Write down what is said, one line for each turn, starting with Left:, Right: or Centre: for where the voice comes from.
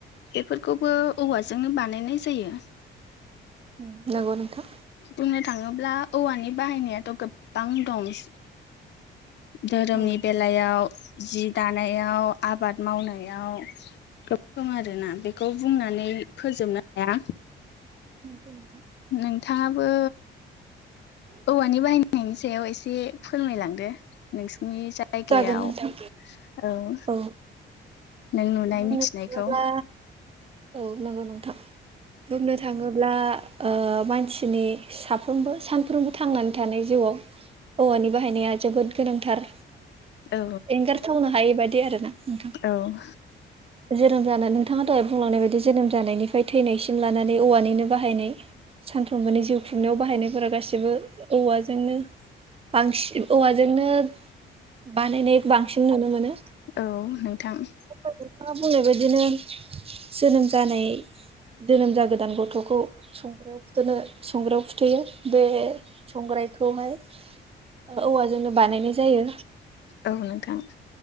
Left: बेफोरखौबो औवाजोंनो बानायनाय जायो।
Right: ओम नोंगौ नोंथां।
Left: बुंनो थांङोब्ला औवानि बाहायनायाथ' गोबां दं। धोरोमनि
Right: औ
Left: बेलायाव जि दानायाव आबाद मावनायाव गोबां दं आरो ना बेखौ बुंनानै फोजोबनो हाया।
Right: नोंगौ नोंथां।
Left: नोंथांङाबो औवानि बाहायनायनि सायाव एसे फोरमायलांदो नोंसिनि जा जायगायाव।
Right: जागोन नोंथां औ
Left: नों नुनाय
Right: बुंनो
Left: मिथिनायखौ
Right: थांङोब्ला औ नंगौव नोंथां। बुंनो थांङोब्ला ओ मानसिनि। साफ्रोमबो सानफ्रोमबो थांनानै थानाय जिउआव। औवानि बाहायनाया जोबोद गोनांथार
Left: औ
Right: एंगारथावनो हायै बादि आरो ना नोंथां।
Left: औव
Right: जोनोम जानाय नोंथांङा दहाय बुंलांनाय बायदि जोनोम जानायनिफ्राय थैनायसिम लानानै औवानिनो बाहायनाय। सानथौव मोनानि जिउ खुंनायाव बाहायनायफोरा गासिबो औवाजोंनो। बांसिन औवाजोंनो बानायनाय बांसिन नुनो मोनो।
Left: औ नोंथां।
Right: नोंथांङा बुंनाय बदिनो जोनोम जानाय। जोनोम जा गोदान गथ'खौ संग्रो संग्रायाव फुथुयो बे संग्रायखौहाय। औवाजोंनो बानाय नाय जायो।
Left: औ नोंथां।